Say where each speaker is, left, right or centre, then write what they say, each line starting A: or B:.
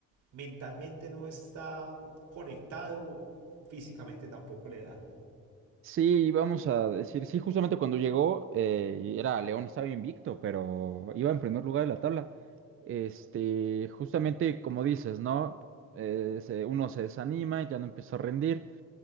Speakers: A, on the right (about 80°); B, on the right (about 45°).
A: mentalmente no está conectado, físicamente tampoco le da.
B: Sí, vamos a decir, sí, justamente cuando llegó, eh, y era León, estaba invicto, pero iba en primer lugar de la tabla. Este, justamente como dices, ¿no? Eh, se- uno se desanima, ya no empieza a rendir,